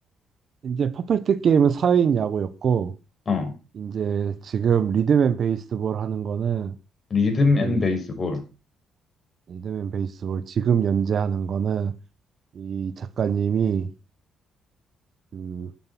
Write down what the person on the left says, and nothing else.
어,
리듬
앤 베이스볼,